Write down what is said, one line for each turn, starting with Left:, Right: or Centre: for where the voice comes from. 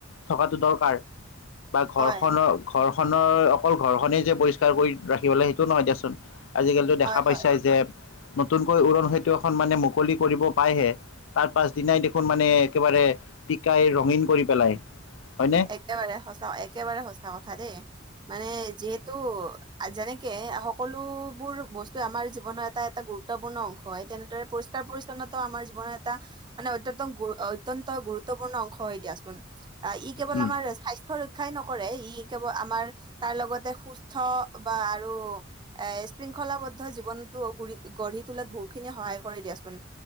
Left: থকাতো দৰকাৰ, বা ঘৰখনৰ
Right: হয়
Left: ঘৰ খনৰ অকল ঘৰখনেই যে পৰিষ্কাৰ কৰি ৰাখিব লাগ সেইটো নহয় দিয়াচোন। আজিকালিতো দেখা
Right: হয়
Left: পাইছাই
Right: হয়
Left: যে, নতুনকৈ উৰণ সেতু এখন মানে মুকলি কৰিব পাইহে তাৰ পাছ দিনাই দেখোন মানে, একেবাৰে পিকাই ৰঙীন কৰি পেলাই। হয়নে
Right: একেবাৰে সঁচা, একেবাৰে সঁচা কথা দেই মানে যিহেতু যেনে কে সকলোবোৰ বস্তু আমাৰ জীৱনৰ এটা এটা গুৰুত্বপূৰ্ণ অংশ হয়। তেনেদৰে পৰিষ্কাৰ পৰিচ্ছন্ন আমাৰ জীৱনৰ এটা মানে অত্য অত্যন্ত গুৰুত্বপূৰ্ণ অংশ হৈ দিয়াচোন। ই কেৱল
Left: উম
Right: আমাৰ স্বাস্থ্য ৰক্ষাই নকৰে, ই কেৱল আমাৰ তাৰ লগত সুস্থ বা আৰু এ শৃংখলাবদ্ধ জীৱনতো গৰি গঢ়ি তোলাত বহুতে খিনি সহায় কৰি দিয়াচোন,